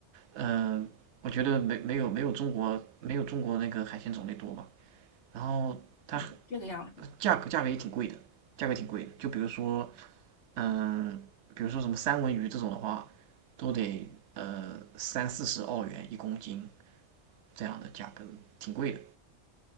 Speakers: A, on the right (about 80°); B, on the left (about 80°).
A: 嗯、我觉得没没有没有中国没有中国那个海鲜种类多吧。然后它
B: 嗯，这个样子。
A: 呃价格价格也挺贵的，价格挺贵的。就比如说，嗯，比如说什么三文鱼这种的话，都得呃三四十澳元一公斤这样的价格，挺贵的。